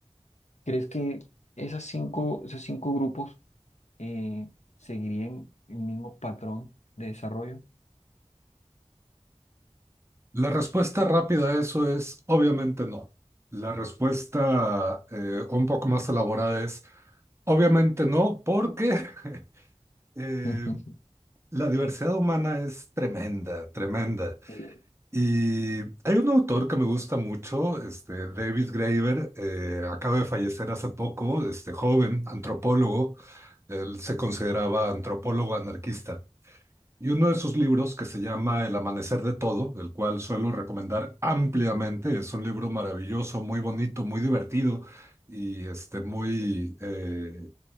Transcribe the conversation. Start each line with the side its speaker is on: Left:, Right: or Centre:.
Left: ¿crees que esas cinco, esos cinco grupos eh, seguirían el mismo patrón de desarrollo?
Right: La respuesta rápida a eso es obviamente no. La respuesta eh, un poco más elaborada es obviamente no, porque <laughs> eh,
Left: <laughs> Ujú.
Right: la diversidad humana es tremenda, tremenda.
Left: Eh,
Right: Y hay un autor que me gusta mucho, este, David Graeber, eh, acaba de fallecer hace poco, este joven antropólogo, él se consideraba antropólogo anarquista. Y uno de sus libros, que se llama El Amanecer de Todo, el cual suelo recomendar ampliamente, es un libro maravilloso, muy bonito, muy divertido y este, muy, eh,